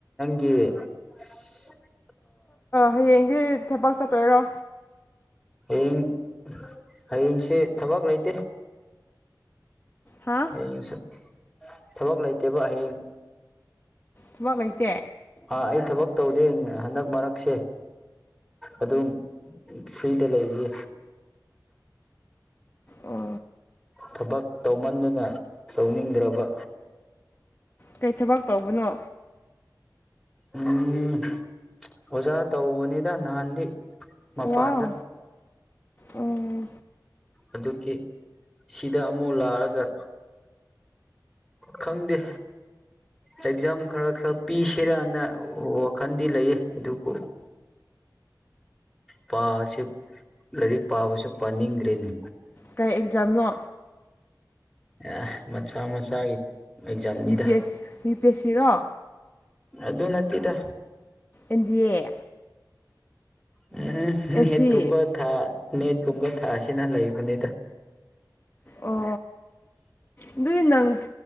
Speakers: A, in the centre; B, on the left (about 25°).
A: ꯀ
B: ꯍꯌꯦꯡꯗꯤ ꯊꯕꯛ ꯆꯠꯇꯣꯏꯔꯣ
A: ꯍꯌꯦꯡ ꯍꯌꯦꯡꯁꯦ ꯊꯕꯛ ꯂꯩꯇ
B: ꯍꯥ
A: ꯍꯌꯦꯡꯁꯨ ꯊꯕꯛ ꯂꯩꯇꯦꯕ ꯍꯌꯦꯡ
B: ꯊꯃ ꯀꯩꯇꯦ
A: ꯑ ꯑꯩ ꯊꯕꯛ ꯇꯧꯗꯦ ꯍꯟꯗꯛ ꯃꯔꯛꯁꯦ ꯑꯗꯨꯝ ꯐ꯭ꯔꯤꯗ ꯂꯩꯔꯤ
B: ꯑ
A: ꯊꯕꯛ ꯇꯧꯃꯟꯗꯨꯅ ꯇꯧꯅꯤꯡꯗ꯭ꯔꯕ
B: ꯀꯩ ꯊꯕꯛ ꯇꯧꯕꯅꯣ
A: ꯎꯝ ꯑꯣꯖꯥ ꯇꯧꯕꯅꯤꯗ ꯅꯍꯥꯟꯗꯤ ꯃꯄꯥꯟꯗ
B: ꯋꯥꯎ ꯎꯝ
A: ꯑꯗꯨꯒꯤ ꯁꯤꯗ ꯑꯃꯨꯛ ꯂꯥꯛꯑꯒ ꯈꯪꯗꯦ ꯑꯦꯛꯖꯥꯝ ꯈꯔ ꯈꯔ ꯄꯤꯁꯤꯔꯅ ꯋꯥꯈꯜꯗꯤ ꯂꯩꯌꯦ ꯑꯗꯨꯕꯨ <unintelligible> ꯄꯥ ꯑꯁꯤ ꯂꯥꯏꯔꯤꯛ ꯄꯥꯕꯁꯨ ꯄꯥꯅꯤꯡꯗ꯭ꯔꯦꯅꯦ
B: ꯀꯔꯤ ꯑꯦꯛꯖꯥꯝꯅꯣ
A: ꯑ ꯃꯆꯥ ꯃꯆꯥꯒꯤ ꯑꯦꯛꯖꯥꯝꯅꯤꯗ
B: E P S E P S ꯁꯤꯔꯣ
A: ꯑꯗꯨ ꯑꯗꯨ ꯅꯠꯇꯗ
B: ꯏꯟꯗꯤꯌꯦꯦ
A: ꯎꯝ ꯅꯦꯠꯀꯨꯝꯕ
B: ꯁꯤ
A: ꯅꯦꯠꯀꯨꯝꯕ ꯊꯥꯁꯤꯅ ꯂꯩꯕꯅꯤꯗ
B: ꯑꯣ ꯑꯗꯨꯏ ꯅꯪ